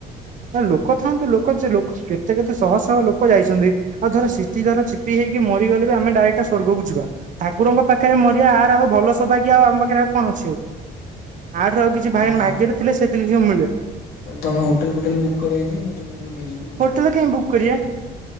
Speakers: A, on the right; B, on the left.
A: ନା ଲୋକ ଥାଆନ୍ତୁ ଲୋକ ଯେ କେତେ କେତେ ଶହ ଶହ ଲୋକ ଯାଇ ଆଉ ଧର ସିଟି ଧର ଚିପି ହେଇକି ମରିଗଲେ ବି ଆମେ ଡାଇରେକ୍ଟ ସ୍ୱର୍ଗ କୁ ଯିବା। ଠାକୁରଙ୍କ ପାଖରେ ମରିିବା ଆର ଆଉ ଭଲ ସୌଭାଗ୍ୟ ଆଉ ଆମ ପାଖରେ ଆଉ କଣ ଅଛି ଆଉ ଆଠାରୁ ଆଉ କି ଭାଇ
B: ଓହୋ
A: ଆମ ଭାଗ୍ୟ ରେ ଥିଲେ ସେତିକି <unintelligible> ମିଳେ।
B: ତାହେଲେ ତମେ ହୋଟଲ ଫୋଟେଲ ବୁକ୍ କର ଆଜି ମୁଁ ତମକୁ ନେଇଯିବି ଆଉ।
A: ହୋଟେଲ ତ କାହିଁ ବୁକ୍ କରିବା?